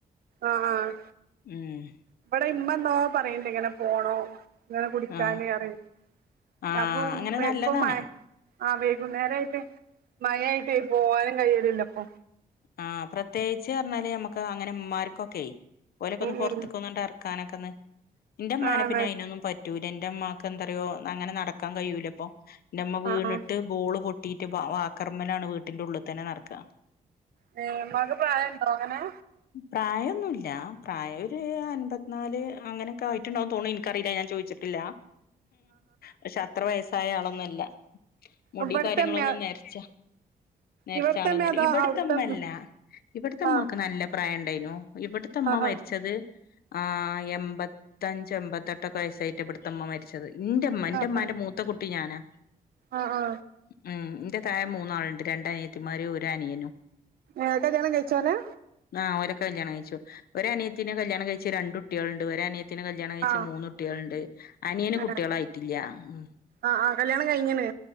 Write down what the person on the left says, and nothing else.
ഉം
ആ
ആ
അങ്ങനെ നല്ലതാണ്
ആഹ്, പ്രത്യേകിച്ച് പറഞ്ഞാല് ഞമ്മക്ക് അങ്ങനെ ഇമ്മമാർക്കൊക്കെ ഓലൊക്കെ ഒന്ന്
പുർത്തക്കൊന്നർ
ക്കാനകന്ന് ഇന്റെ മ്മാനെ
പിന്നെ അയിനൊന്നും പറ്റ് റ്റൂല ഇന്റെ ഇമ്മാക്കന്താറിയോ അങ്ങനെ നടക്കാൻ കഴിയൂലപ്പൊ ഇന്റെമ്മ വീണിട്ട്
ബോള് പൊ ട്ടീറ്റ് വാക്കർമലാണ് വീട്ടിന്റെ ഉള്ളിൽ തന്നെ നടക്ക
പ്രായൊന്നൂല്ല പ്രായം ഒരു അൻമ്പത്നാല് അങ്ങനൊക്കെ ആയിട്ടുണ്ടാവൂന്ന് തോൺന്ന് ഇൻക്കറില്ല ഞാൻ ചോദിച്ച ട്ടില്ല. പക്ഷെ അത്ര വയസായ ആളൊന്നല്ല മുടി
കാര്യങ്ങളൊന്നും
നര്ച്ച. നര്ച്ച
ആളൊന്നൊല്ല
ഇബടത്
മ്മല്ല ഇബടത്തെ ഉമ്മാക്ക്
നല്ല പ്രായം ഇണ്ടായിനു. ഇവിടത്തുമ്മ
മരിച്ചത്,
ആ എമ്പത്തഞ്ച എമ്പത്തെട്ടൊക്കെ വയസ്സായിട്ട് ഇവട് ത്തുമ്മ മരിച്ചത്. ഇന്റെമ്മ ഇന്റെമ്മാന്റെ
മൂത്ത കുട്ടി ഞാനാ.
മഉം എന്റെ തായെ മൂന്നാളുണ്ട് രണ്ടനിയത്തിമാര് ഒരു അനിയനും.
ആ അവരൊക്കെ കല്യാണം കഴിച്ചു. ഒരനിയത്തിനെ കല്യാണം കഴിച്ച് രണ്ടുട്ടിയാള്ണ്ട്, ഒരനിയത്തിനെ കല് ല്യാണം കഴിച്ച്
മൂന്ന് കുട്ടികള്ണ്ട്. അനിയന്
കുട്ടിയാളായിട്ടില്ല ഉം.